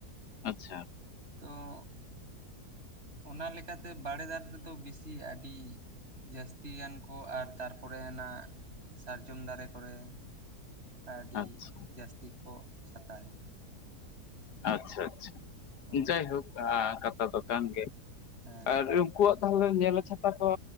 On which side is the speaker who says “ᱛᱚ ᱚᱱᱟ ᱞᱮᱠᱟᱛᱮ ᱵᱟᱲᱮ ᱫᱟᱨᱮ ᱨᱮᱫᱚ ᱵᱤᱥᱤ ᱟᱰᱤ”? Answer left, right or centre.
Right